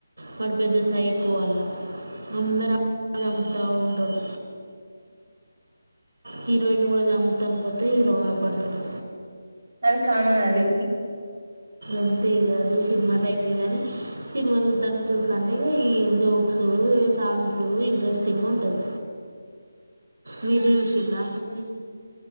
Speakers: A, on the right; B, on the right.
A: వాడు పెద్ద సైకో వల్ల అందరు అమ్మాయిల్ని చంపుతూ ఉంటడు హీరోయిన్ని గూడా చంపు ఇంగొత్తే హీరో గాపాడుతాడు
B: అది కామన్ అది
A: ఎంట్రీ గాని సినిమా టైటిల్ గాని సినిమా చూద్దం అని చూస్తంటే ఇగ ఈ జో క్స్ సాంగ్సు ఇంట్రెస్ట్ టింగా ఉంటది మీరు చూసిల్లా
B: ఉ